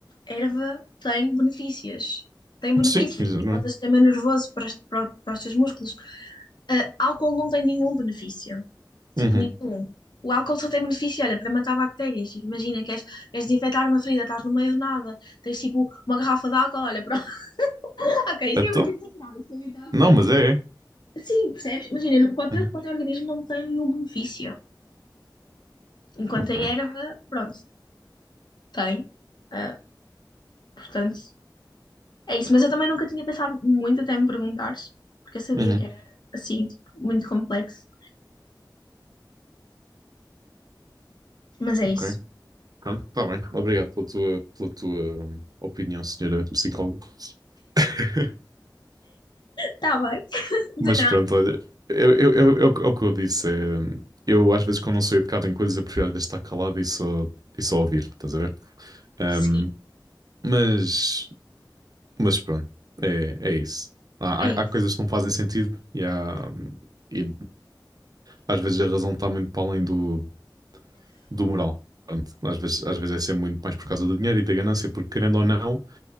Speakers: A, on the left; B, on the right.
A: erva tem benefícios. Tem benefícios,
B: Sim, exatamente.
A: tipo o sistema nervoso para, os- para, para os teus músculos. Ah, álcool não tem nenhum benefício. Tipo,
B: Uhum.
A: nenhum. O álcool só tem benefício, olha, para matar bactérias. Tipo, imagina, queres, queres desinfetar uma ferida, estás no meio do nada, tens tipo uma garrafa de álcool, olha, pronto. <laughs> Ok, isto
B: Então?
A: é muito exagerável.
B: Não, mas é, é.
A: Sim, percebes? Imagina, para o teu,
B: Uhum.
A: para o teu organismo não tem nenhum benefício. Enquanto
B: Ok.
A: a erva, pronto, tem. Ah, portanto. É isso, mas eu também nunca tinha pensado muito até me perguntares, porque eu sabia
B: Uhum.
A: que era assim, tipo, muito complexo. Mas é
B: Ok.
A: isso.
B: Pronto, está bem. Obrigado pela tua, pela tua hum, opinião, senhora psicóloga. <laughs>
A: Tá bem? <laughs> De
B: Mas
A: nada.
B: pronto, olha, eu, eu, eu, é o que é o que eu disse. é, eu às vezes quando não sou educado em coisas, eu prefiro às vezes estar calado e só, e só ouvir, estás a ver? Ahm,
A: Sim,
B: mas, mas pronto, é, é isso. Há,
A: é
B: há-
A: isso.
B: há coisas que não fazem sentido e, há, e às vezes a razão está muito para além do, do moral. Pronto, às vezes, às vezes é sempre muito mais por causa do dinheiro e da ganância, porque querendo ou não,